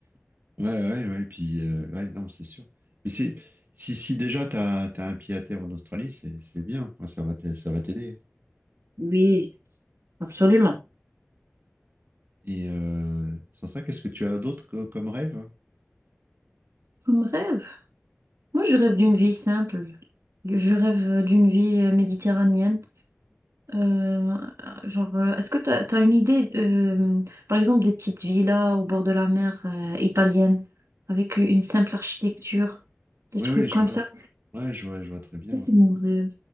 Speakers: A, on the right; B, on the right.
A: Ouais, ouais, ouais. Puis, euh, ouais, non, mais c'est sûr. Mais c'est si, si déjà t'as, t'as un pied à terre en Australie, c'est c'est bien. quoi. Ça va t'a- ça va t'aider.
B: Oui, absolument.
A: Et euh, sans ça, qu'est-ce que tu as d'autre co- comme rêve?
B: Comme rêve. Moi, je rêve d'une vie simple. Je rêve d'une vie euh, méditerranéenne. Euh, genre, euh, est-ce que tu as, une idée, euh, par exemple, des petites villas au bord de la mer euh, italienne avec une simple architecture, des
A: Oui,
B: trucs
A: oui,
B: comme
A: je vois.
B: ça?
A: Ouais, je vois, je vois très bien.
B: Ça,
A: ouais.
B: c'est mon rêve.